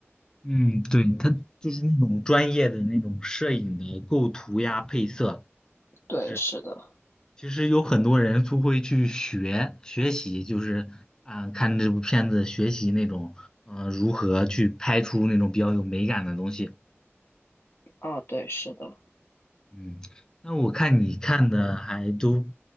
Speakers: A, on the left; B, on the left.
A: 嗯，对，他就是那种专业的那种摄影的构图呀、配色，
B: 对，
A: 就是
B: 是的，
A: 其实有很多人都会去学学习，就是啊、看这部片子学习那种呃如何去拍出那种比较有美感的东西。
B: 啊，对，是的。
A: 嗯，那我看你看的还都